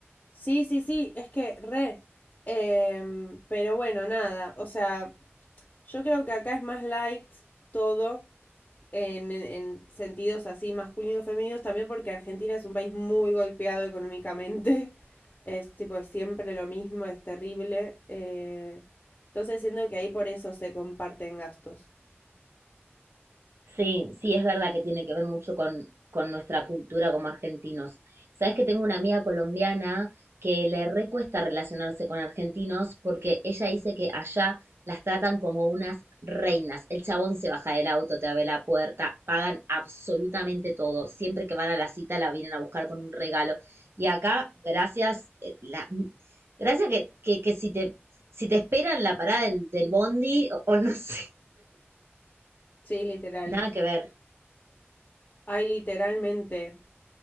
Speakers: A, on the left; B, on the right.
A: Sí, sí, sí, es que re. Em, pero bueno, nada, o sea, yo creo que acá es más light todo en, en- en sentidos así masculinos, femeninos, también porque Argentina es un país muy golpeado económicamente. <laughs> Es tipo es siempre lo mismo, es terrible. eh, entonces siento que ahí por eso se comparten gastos.
B: Sí, sí, es verdad que tiene que ver mucho con, con nuestra cultura como argentinos. Sabes que tengo una amiga colombiana que le recuesta relacionarse con argentinos porque ella dice que allá las tratan como unas reinas. El chabón se baja del auto, te abre la puerta, pagan absolutamente todo. Siempre que van a la cita la vienen a buscar con un regalo. Y acá, gracias, eh, la, gracias que, que, que si te, si te esperan la parada del, del bondi o, o no sé,
A: Sí, literal.
B: <laughs> nada que ver.
A: Ay, literalmente.